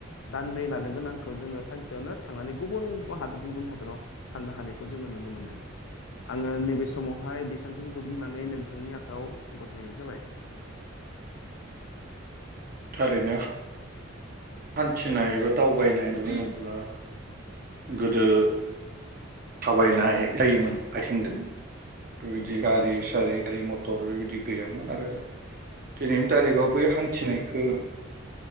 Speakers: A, on the left; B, on the right.
A: दाननै लानो गोनांखौ जोङो सानसेयावनो थांनानै गुबुन हादोराव गुबुन हादराव थांनो हानायखौ जोङो नुनो मोनो आङो नैबे समावहाय बेसांखिनिखौ बुंनानै नोंथांनि आखायाव गथायनाय जाबाय।
B: थारैनो हान्थिनाय एबा दावबायनाय होना बुङोब्ला गोदो थाबायनाय जायोमोन आथिंजों बेबायदि गारि सारि गारि मथर बेबायदि गैयामोन आरो दिनैनि थारिखआव बै हान्थिनायखौ